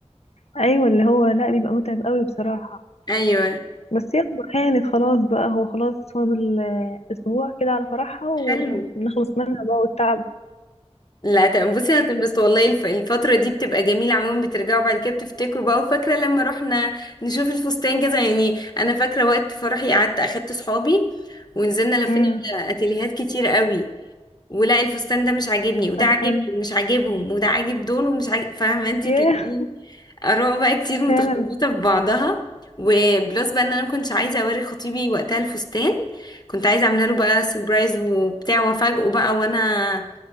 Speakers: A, on the left; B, on the left.
A: ايوه اللي هو لا بيبقى متعب قوي بصراحه
B: ايوه
A: بس يلا هانت خلاص بقى هو خلاص فاضل آه، اسبوع كده على فرحها
B: حلو
A: ونخلص منها بقى والتعب
B: لا تمام بصي هتنبسط والله الف- الفترة دي بتبقى جميلة عموما بترجعوا بعد كده بتفتكروا بقى وفاكرة لما رحنا نشوف الفستان كذا يعني أنا فاكرة وقت فرحي قعدت أخدت صحابي ونزلنا لفينا
A: امم
B: على أتيليهات كتير قوي ولا الفستان ده مش عاجبني وده
A: طب
B: عاجبني
A: حلو
B: ومش عاجبهم وده عاجب دول ومش عاجب فاهمة انتي
A: ياه
B: كان ايه آراء بقى كتير متخلطة
A: فعلا
B: في بعضها وبلس بقى ان انا ما كنتش عايزة اوري خطيبي وقتها الفستان كنت عايزة اعملها له بقى سربرايز وبتاع وافاجئه بقى وانا